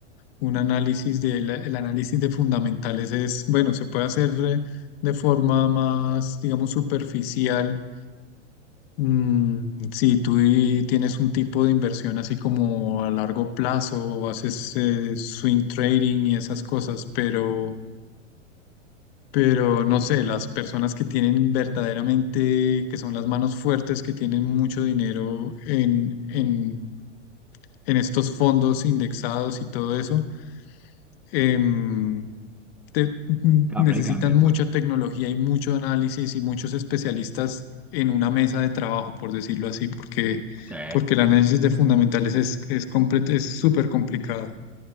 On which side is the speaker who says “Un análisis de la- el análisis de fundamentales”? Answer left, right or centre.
Left